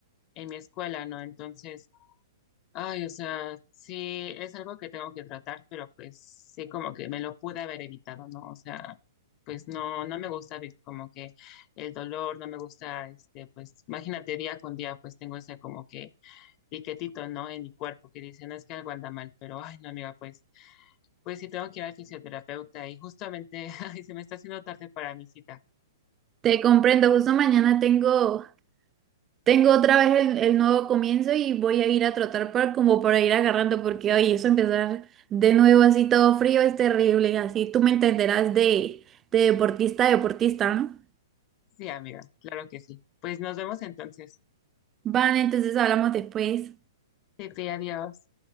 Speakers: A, on the left; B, on the right.
A: en mi escuela, ¿no? Entonces... Ay, o sea, sí, es algo que tengo que tratar, pero pues sí, como que me lo pude haber evitado, ¿no? O sea, pues no, no me gusta vi- como que el dolor, no me gusta, este, pues imagínate día con día, pues tengo ese como que piquetito, ¿no? En mi cuerpo que dice, no es que algo anda mal, pero ay, no, amiga, pues, pues sí tengo que ir al fisioterapeuta y justamente, <laughs> ay, se me está haciendo tarde para mi cita.
B: Te comprendo, justo mañana tengo, tengo otra vez el, el nuevo comienzo y voy a ir a trotar para, como para ir agarrando porque hoy eso empezar de nuevo así todo frío es terrible, así tú me entenderás de, de deportista a deportista, ¿no?
A: Sí, amiga, claro que sí. Pues nos vemos entonces.
B: Vale, entonces hablamos después.
A: Sí, sí, adiós.